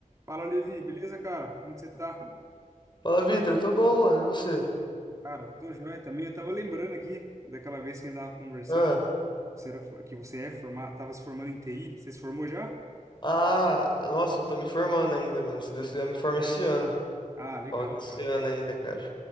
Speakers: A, on the right; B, on the left.
A: Fala, Levi, beleza, cara? Como que você tá?
B: Fala, Vitor, eu tô bom, mano, e você?
A: Cara, tô joia também. Eu tava lembrando aqui daquela vez que a gente tava conversando,
B: Ah,
A: você era, fo- que você é formado, tava se formando em TI. Você se formou já?
B: ah, nossa, eu tô me formando ainda, mano. Se Deus quiser, eu me formo
A: Sério?
B: esse ano.
A: Ah, legal,
B: Falta esse
A: cara.
B: ano ainda, cara.